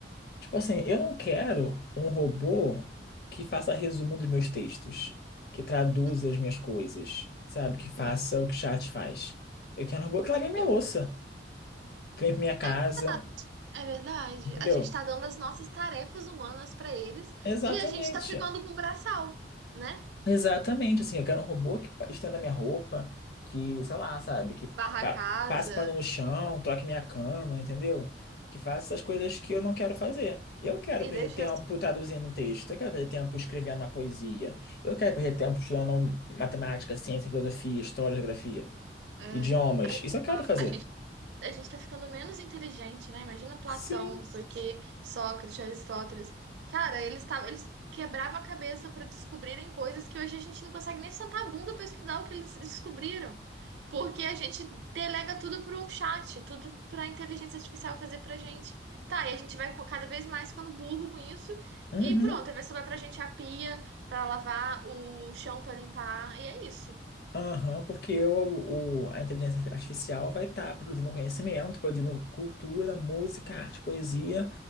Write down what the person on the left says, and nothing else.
Tipo assim, eu não quero um robô que faça resumo dos meus textos, que traduza
as minhas coisas, sabe? Que faça
o que chat faz. Eu quero um robô
que lave
a minha
louça, que limpe minha casa,
Entendeu?
Exatamente.
Exatamente. Assim, eu quero um robô que pa- estenda minha roupa, que, sei lá, sabe, que
pa-
passe pano no chão, troque minha cama, entendeu? Que faça essas coisas que eu não quero fazer. Eu quero
perder
tempo
traduzindo um texto, eu quero perder tempo escrevendo uma poesia, eu quero perder tempo estudando matemática, ciência, filosofia, história, geografia,
idiomas. Isso eu quero
fazer.
Sim.
Uhum.
Aham, porque o, o- a inteligência artificial vai estar produzindo conhecimento, produzindo cultura, música, arte, poesia,